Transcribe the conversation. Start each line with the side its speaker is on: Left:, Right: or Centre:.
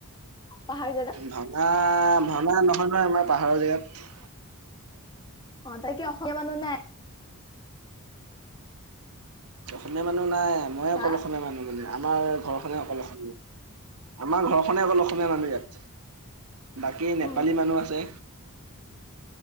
Left: পাহাৰ জেগা
Right: ভাওনা, ভাওনা নহয় নহয় আমাৰ পাহাৰৰ জেগাত।
Left: অ' তাত কি অসমীয়া মানুহ নাই?
Right: অসমীয়া মানুহ নাই, মই অকল
Left: হা
Right: অসমীয়া মানুহ মানে আমাৰ ঘৰখনে অকল অসমীয়া আমাৰ ঘৰখনে অকল অসমীয়া মানুহ ইয়াত। বাকী
Left: অ
Right: নেপালী মানুহ আছে।